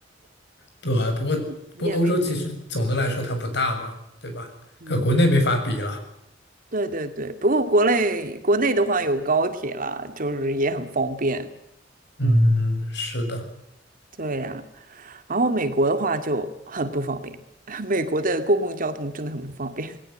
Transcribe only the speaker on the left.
对啊，不过不过欧洲其实总的来说它不大嘛，
对吧？
跟国内没法比了。
嗯，
是的。